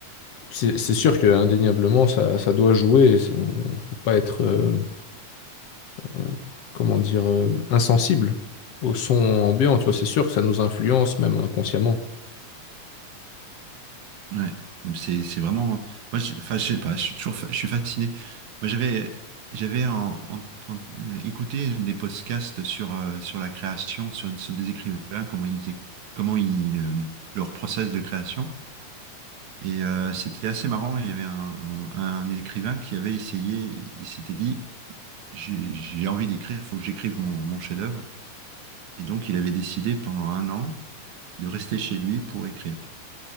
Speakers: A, on the left; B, on the right.
A: c'est c'est sûr que indéniablement ça, ça doit jouer. et c'est- On ne peut pas être, euh, euh, comment dire, euh, insensible au son ambiant. Tu vois, c'est sûr que ça nous influence même inconsciemment.
B: ouais, Donc, c'est, c'est vraiment. Moi, je, enfin, je sais pas, je suis toujours, fa- je suis fasciné. Moi, j'avais, j'avais en- en- en- euh, écouté des podcasts sur, euh, sur la création, sur, sur des écrivains, comment ils, é- comment ils, euh, leur process de création. Et euh, c'était assez marrant. Il y avait un, un- un écrivain qui avait essayé, il s'était dit, j'ai j'ai envie d'écrire, il faut que j'écrive mon, mon chef-d'œuvre. Et donc, il avait décidé pendant un an de rester chez lui pour écrire.